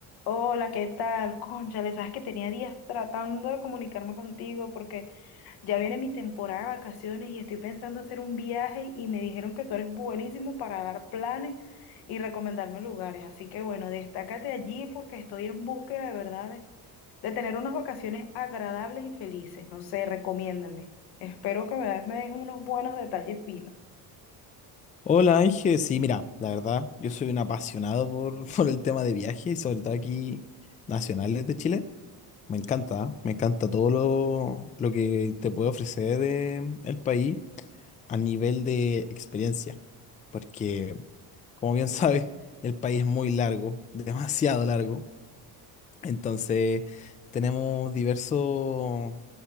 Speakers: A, on the left; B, on the left.
A: Hola, ¿qué tal? Cónchale, sabes que tenía días tratando de comunicarme contigo porque ya viene mi temporada de vacaciones y estoy pensando hacer un viaje y me dijeron que tú eres buenísimo para dar planes y recomendarme lugares. Así que bueno, destácate allí porque estoy en búsqueda de verdad de, de tener unas vacaciones agradables y felices. No sé, recomiéndame. Espero que me me des unos buenos detalles finos.
B: Hola Ángel, sí, mira, la verdad, yo soy un apasionado por, <laughs> por el tema de viajes, sobre todo aquí nacionales de Chile. Me encanta, ¿ah? me encanta todo lo, lo que te puede ofrecer eh, el país a nivel de experiencia, porque como bien <laughs> sabes, el país es muy largo, <laughs> demasiado largo, entonces tenemos diversos,